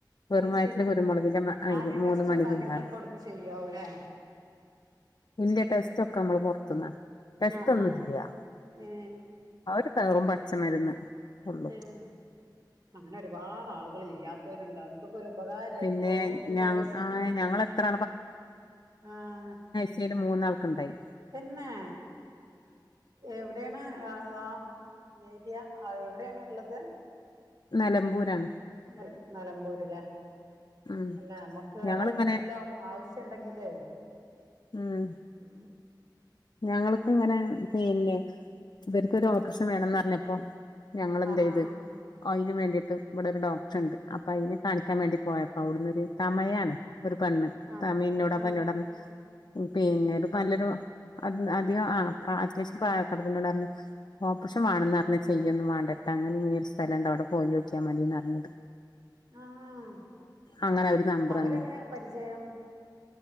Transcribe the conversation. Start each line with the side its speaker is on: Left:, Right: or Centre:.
Left: വെറും
Right: അത്
Left: വയറ്റില്
Right: ശരി
Left: കുരുമുളകിന്റെ മായ്രി
Right: ആദ്യം
Left: മൂന്ന്
Right: ടെസ്റ്റോ
Left: മണി
Right: കാര്യങ്ങളൊക്കെ
Left: തിന്നാന്
Right: അവിടുന്ന് ചെയ്യാവൂല്ലേ
Left: ഇല്ല ടെസ്റ്റൊക്കെ അമ്മള് പൊർത്ത്ന്നാണ് ടെസ്റ്റ്
Right: ആഹ്
Left: ഒന്നുംല്ല്യ
Right: ആഹ് ഏ
Left: ആ ഒര് വെറും പച്ചമരുന്ന് ഉള്ളു
Right: <unintelligible> അങ്ങനെ ഒരുപാട് ആളുകള് ഇല്ല്യാ രുണ്ട് അവർക്കൊക്കെ ഒരു ഉപകാരയിക്കോളും
Left: പിന്നെ
Right: ഈ
Left: ഞ
Right: വോയിസ്
Left: ആ ഞങ്ങള് എത്ര
Right: ആഹ് ആഹ് ആഹ്
Left: ചേയ്ല് മൂന്നാൾക്ക് ഇണ്ടായി
Right: തെന്നേ എവ്ടേണ് ആ ആ ഏരിയ അഹ് എവ്ടേണ്ള്ളത്
Left: നെലമ്പൂരാണ്
Right: നെൽ നെലമ്പൂര്ല്ലെ
Left: ഉം
Right: അല്ല ഞമ്മുക്ക്
Left: ഞങ്ങളിങ്ങനെ
Right: ആര്ക്കെങ്കിലും ആവു ആവശ്യണ്ടെങ്കില്
Left: ഉം
Right: ഉം
Left: ഞങ്ങൾക്ക് ഇങ്ങനെ പിന്നെ ഇവര്ക്കൊരു ഓപ്രശം വേണംന്ന് പറഞ്ഞപ്പൊ ഞങ്ങളെന്തെയ്ത്
Right: ആഹ് ആഹ്
Left: അയിന് വേണ്ടിയിട്ട് ഇവിടെ ഒരു ഡോക്ടർ ഇണ്ട് അപ്പ അയിനെ കാണിക്കാൻ വേണ്ടി പോയപ്പൊ അവ്ട്ന്നൊര് തമഴാണ് ഒരു പെണ്ണ്
Right: ആഹ്
Left: തമിഴ് ഇന്നോട് അപ്പ
Right: ആഹ്
Left: ഇന്നോട് പർഞ്ഞ് ഉം പിന്നീട് പ്പൊ നല്ലൊരു അത് ന്ന് അതിന് ആഹ് അത്യാവശ്യം പ്രായൊക്കെണ്ട് അപ്പന്നോട് പർഞ്ഞ് ഓപ്പറേഷൻ വാണം ന്ന് പർഞ്ഞ് ചെയ്യൊന്നും വാണ്ടട്ടാ അങ്ങനെ ഇങ്ങനി ഒരു സ്ഥലണ്ട് അവ്ടെ പോയോക്കിയാ മതിന്ന് പർഞ്ഞ് ഇത്
Right: ആഹ്
Left: അങ്ങനെ അവര് നമ്പർ
Right: അവരെങ്ങനെ
Left: തന്ന്
Right: ഇങ്ങക്ക് പരിചയം